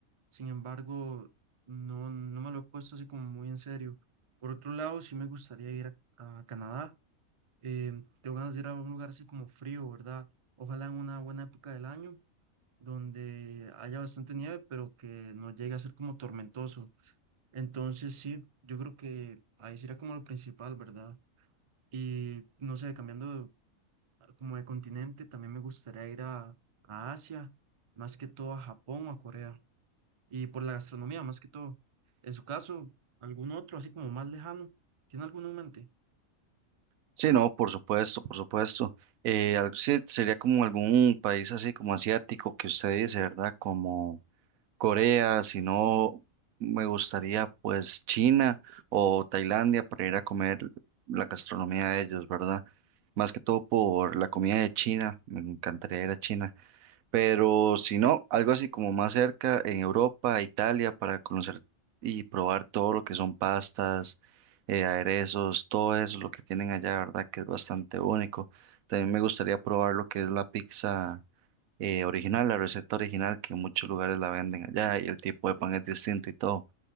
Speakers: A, on the right; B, on the right.
A: sin embargo, no, no me lo he puesto así como muy en serio. Por otro lado, sí me gustaría ir a, a Canadá, eh, tengo ganas de ir a un lugar así como frío, ¿verdad? Ojalá en una buena época del año, donde haya bastante nieve, pero que no llegue a ser como tormentoso. Entonces sí, yo creo que ahí sería como lo principal, ¿verdad? Y no sé, cambiando como de continente, también me gustaría ir a, a Asia, más que todo a Japón o a Corea, y por la gastronomía, más que todo. En su caso, algún otro, así como más lejano, ¿tiene alguno en mente?
B: Sí, no, por supuesto, por supuesto. Eh, al- sí, sería como algún país así como asiático que usted dice, ¿verdad? Como Corea, si no, me gustaría pues China o Tailandia para ir a comer la gastronomía de ellos, ¿verdad? Más que todo por la comida de China, me encantaría ir a China. pero si no, algo así como más cerca en Europa, Italia, para conocer y probar todo lo que son pastas, eh, aderezos, todo eso, lo que tienen allá, ¿verdad? Que es bastante único. También me gustaría probar lo que es la pizza eh, original, la receta original, que en muchos lugares la venden allá y el tipo de pan es distinto y todo.